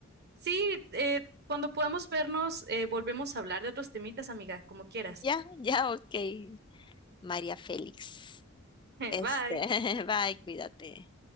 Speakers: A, on the right; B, on the left.
A: Sí, eh, cuando podamos vernos, eh, volvemos a hablar de otros temitas, amiga, como quieras.
B: Ya, ya, ok, María Félix.
A: <laughs>
B: Este,
A: Bye.
B: <laughs> bye, cuídate.